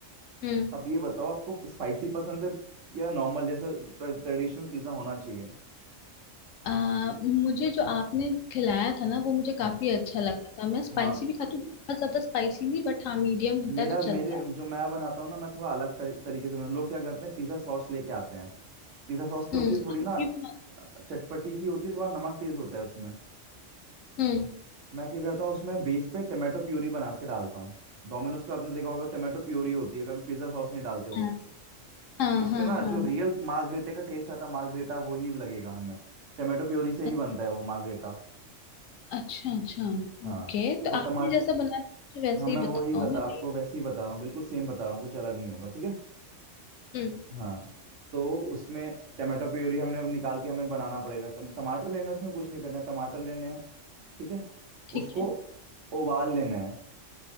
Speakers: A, on the left (about 90°); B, on the right (about 75°).
A: हम्म
B: अब ये बताओ आपको स्पाइसी पसंद है या नॉर्मल जैसा ट्रेडिशनल पिज्जा होना चाहिए
A: आ, मुझे जो आपने खिलाया था ना वो मुझे काफी
B: हाँ
A: अच्छा लगा था मैं स्पाइसी
B: हाँ
A: भी खाती हूँ बहुत ज्यादा स्पाइसी नहीं बट हाँ मीडियम होता
B: मेरा
A: है तो
B: मेरे
A: चलता है
B: जो मैं बनाता हूँ ना मैं थोड़ा अलग तर, तरीके से बनाता लोग क्या करते हैं पिज्जा सॉस लेके आते हैं पिज्जा सॉस क्या
A: हम्म
B: होती है थोड़ी
A: आप
B: ना
A: भी बनाते-
B: अ, चटपटी सी होती है थोड़ा नमक तेज होता है उसमें
A: हम्म
B: मैं क्या करता हूँ उसमें बेस पे टमाटो प्यूरी बना के डालता हूँ डोमिनोज का आपने देखा होगा टमाटो प्यूरी होती है कभी पिज्जा सॉस नहीं डालते
A: हाँ
B: वो
A: हाँ
B: उससे
A: हाँ
B: ना
A: हाँ
B: जो रियल
A: हाँ।
B: मार्गरेटे का टेस्ट आता है मार्गरेटा वो ही लगेगा हमें टमाटो प्योरी से ही
A: अ-
B: बनता है वो मार्गरेटा
A: अच्छा अच्छा
B: हाँ
A: ओके तो
B: तो टमाट
A: आपने जैसा बनाया था, मुझे वैसे
B: हाँ मैं
A: ही
B: वो
A: बताओ
B: ही बता
A: मैं
B: आपको
A: भी
B: वैसे ही बता रहा हूँ बिल्कुल सेम बता रहा हूँ कुछ अलग नहीं होगा ठीक है
A: हम्म
B: हाँ तो उसमें टमाटो प्योरी हमने अब निकाल के हमें बनाना पड़ेगा टम, टमाटर लेने हैं, उसमें कुछ नहीं करना है टमाटर लेने हैं ठीक है
A: ठीक
B: उसको
A: है
B: उबाल लेना है